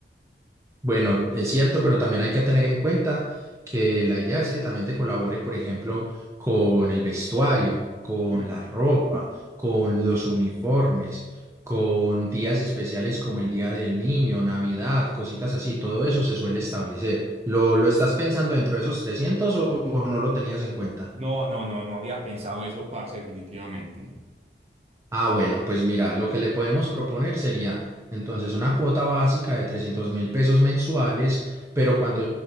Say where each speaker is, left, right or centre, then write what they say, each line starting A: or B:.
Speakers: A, on the right (about 15°); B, on the right (about 35°).
A: Bueno, es cierto, pero también hay que tener en cuenta que la idea es que también te colabore, por ejemplo, con el vestuario, con
B: Mm.
A: la ropa, con los uniformes, con días especiales como el Día del Niño, Navidad, cositas así. Todo eso se suele establecer. ¿Lo, lo estás pensando dentro de esos 300 o o no lo tenías en cuenta?
B: No, no, no, no había pensado eso, parce, definitivamente.
A: Ah, bueno, pues mira, lo que le podemos proponer sería entonces una cuota básica de trescientos mil pesos mensuales, pero cuando